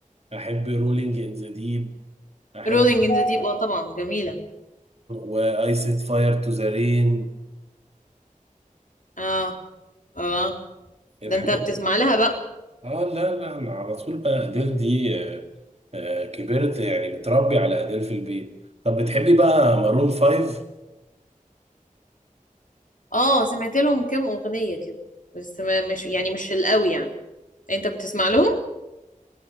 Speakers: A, on the right; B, on the left.
A: احب rolling in the deep احب
B: رولينج ان ذا ديب اه طبعا جميله
A: واي set fire to the rain
B: اه اه
A: الحاجات
B: ده انت بتسمع لها بقى
A: اه لا لا انا على طول بقى اديل دي آه، آه، كبرت يعني متربي على اديل في البيت طب بتحبي بقى مارون فايف
B: اه سمعت لهم كام اغنيه كده بس ما مش يعني مش القوي يعني انت بتسمع لهم